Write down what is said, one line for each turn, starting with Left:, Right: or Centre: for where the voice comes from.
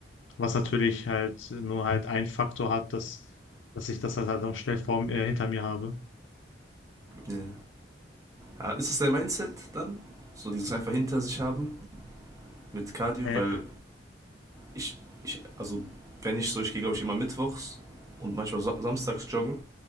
Left: Was natürlich halt nur halt ein Faktor hat, dass, dass ich das halt, halt auch schnell vor, äh, hinter mir habe.
Right: Yeah. Ja. Ah, Ist das dein Mindset dann? So dieses einfach hinter sich haben mit Cardio?
Left: Ja,
Right: Weil ich, ich also wenn ich so, ich gehe glaube ich immer mittwochs und manchmal so, samstags joggen.